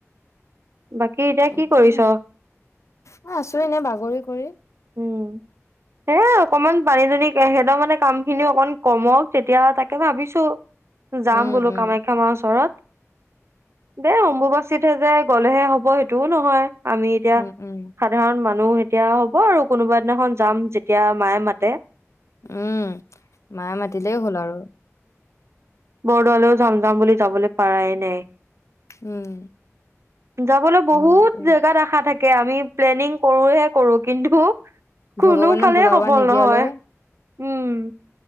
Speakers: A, on the right; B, on the left.
A: বাকী এতিয়া কি
B: একো
A: কৰিছ
B: নাই, মই আছোঁ এনে বাগৰি কৰি।
A: উম সেয়া অকমান পানী চানি সেইট মানে কাম খিনি অকমান কমক তেতিয়া তাকে ভাবিছোঁ। যাম
B: উম,
A: বোলো
B: উম,
A: কামাখ্যা মাৰ ওচৰত। দে অম্বুবাচীটহে যায়। গ'লেহে হ'ব সেইটোও নহয়। আমি এতিয়া
B: উম, উম,
A: সাধাৰণ মানুহ। তেওঁ হ'ব আৰু কোনোবা দিনাখন যাম যেতিয়া মায়ে মাতে।
B: উম মায়ে মাতিলেই হ'ল আৰু।
A: বৰদোৱাৰ লৈও যাম যাম বুলি যাবলে পাৰাই নাই।
B: উম।
A: যাবলৈ বহুত
B: হয় দে।
A: জেগাত আশা থাকে। দে আমি প্লেনিং কৰোঁ হে কৰোঁ। কিন্তু।
B: ভগৱানে
A: কোনো ফালে
B: বোলাব
A: সফল
B: নিদিয়ালৈ
A: নহয় উম।